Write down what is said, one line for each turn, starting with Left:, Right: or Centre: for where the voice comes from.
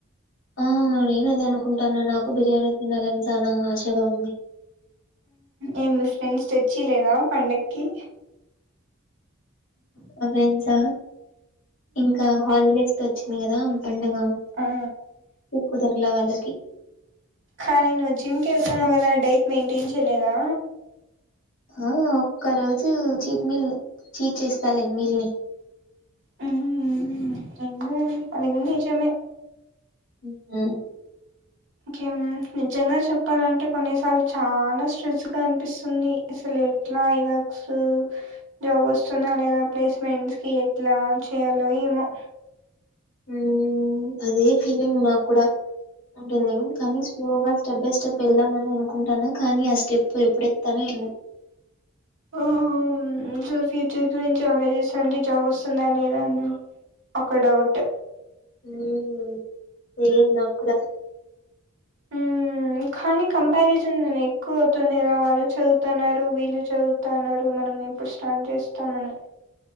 Left: ఆ నేను అదే అనుకుంటానా నాకు బిర్యానీ తినాలని చాలా ఆశగా ఉంది
Right: ఏ మీ ఫ్రెండ్స్ తెచ్చి ఇలేదా పండగకి
Left: మా ఫ్రెండ్స్ ఆ ఇంకా హాలిడేస్ లో చ్చింది గదా పండగ
Right: ఆ
Left: కుదర్లా వాళ్ళ కి
Right: కానీ నువ్వు జిమ్కి వెళ్తానవ్ కదా డైట్ మెయింటైన్ చేయలేదా
Left: ఆ ఒక్క రోజు చీట్ ని చీట్ చేస్తాలె ఇంగెళ్ళి
Right: హ్మ్ అది నిజమే
Left: హ్మ్
Right: కే నిజంగా చెప్పాలంటే కొన్నిసార్లు చాలా స్ట్రెస్ గా అనిపిస్తుంది అసలు ఎట్లా ఇ వర్క్స్ జాబ్ వస్తుందా లేదా ప్లేస్మెంట్స్ కి ఎట్లా చేయాలో ఏమో
Left: హ్మ్ అదే ఫీలింగ్ నాకు కూడా అంటుంది కానీ స్లోగా స్టెప్ బై స్టెప్ వెళ్దామని అనుకుంటానా కానీ ఆ స్టెప్పు ఎప్పుడు ఎకుతానో ఏమో
Right: ఓ మ్ అసలు ఫ్యూచర్ గురించి ఆలోచిస్తాంటే జాబ్ వస్తుంద లేద అన్న ఒక డౌట్
Left: హమ్ సేమ్ నాక్ కూడా
Right: హ్మ్ కానీ కంపారిజన్ నేను ఎక్కువ అవుతుంది కదా వాళ్ళు చదువుతున్నారు వీళ్ళు చదువుతన్నారు మనం ఎప్పుడు స్టార్ట్ చేస్తామని